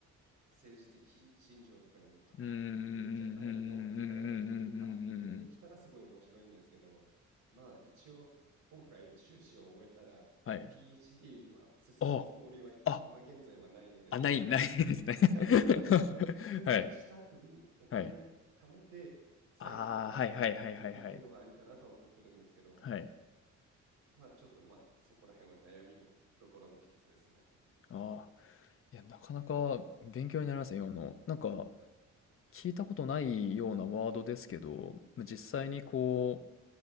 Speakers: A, on the right; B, on the left.
A: 政治的信条とかにもかかってくるんじゃないのみたいな研究に発展できたらすごい面白いんですけど、
B: うんうんうんうんうんうんうんうんうんうん。
A: まあ一応今回修士を終えたら
B: はい。
A: PhD には進むつもりはい今現在はないので、
B: ああ。あ、ない、ないですね。
A: はい。
B: <laughs>
A: なんか数年した後にお金貯めて再度また行くっていうのはありかなとは思ってるんですけど、
B: はい。はい。ああ、はいはいはいはいはい。はい。
A: まあちょっとまあそこら辺は悩みどころの一つですね。
B: ああ。いや、なかなか勉強になりますね、今の。なんか、聞いたことないようなワードですけど、実際にこう、
A: はいはい。